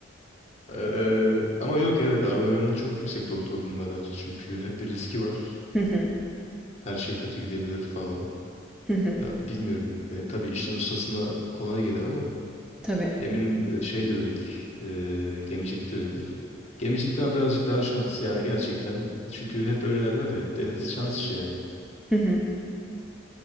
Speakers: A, on the left; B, in the centre.
A: Eee, ama yok evet adrenalin çok yüksek doktorluğunda bence. Çünkü hep bir riski var.
B: Hı hı,
A: Her şey kötü gidebilir falan.
B: hı hı.
A: Ya bilmiyorum. E, tabii işin ustasına kolay gelir ama
B: Tabii.
A: Eminim e, şey de öyledir. E, gemicilik de öyledir. Gemicilik ama birazcık daha şans. Yani gerçekten. Çünkü hep öyle derler ya. Deniz şans işi yani.
B: Hı hı.